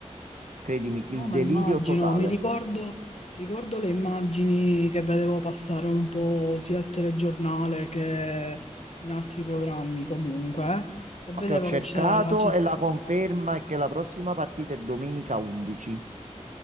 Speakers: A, on the right; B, on the left.
A: credimi,
B: No,
A: il
B: ma
A: delirio
B: immagino,
A: totale.
B: mi ricordo, ricordo le immagini che vedevo passare un po' sia al telegiornale che in altri programmi comunque, eh, e vedevo
A: Che ho cercato
B: che c'era la CT,
A: e la conferma è che la prossima partita è domenica 11.